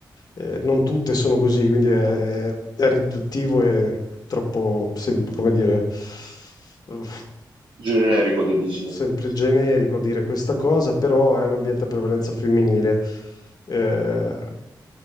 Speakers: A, on the left; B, on the right.
A: Eh, non tutte sono così, quindi è, è riduttivo e troppo, sem- come dire, uff,
B: Generico, te dici.
A: sempre generico dire questa cosa, però è un ambiente a prevalenza femminile. Eh,